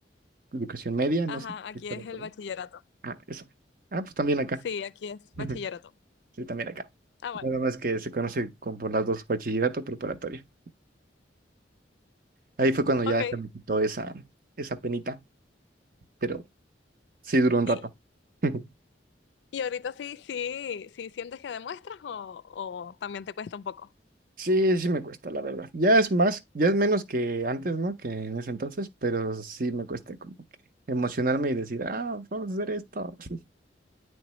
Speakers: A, on the right; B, on the left.
A: educación media, no
B: Ajá,
A: sé,
B: aquí
A: escuchado
B: es
A: por
B: el
A: ahí.
B: bachillerato.
A: Ah, eso. Ah, pues también acá.
B: Sí, aquí es bachillerato.
A: Ujú. Sí, también acá.
B: Ah, bueno,
A: Nada más que se conoce como por las dos, bachillerato preparatoria. Ahí fue cuando ya
B: ok.
A: se me quitó esa, esa penita. pero sí duró un
B: ¿Y,
A: rato. <laughs>
B: y ahorita sí, sí, sí sientes que demuestras o, o también te cuesta un poco?
A: Sí, sí me cuesta, la verdad. Ya es más, ya es menos que antes, ¿no? Que en ese entonces, pero sí me cuesta como que emocionarme y decir, ah, vamos a hacer esto. <laughs>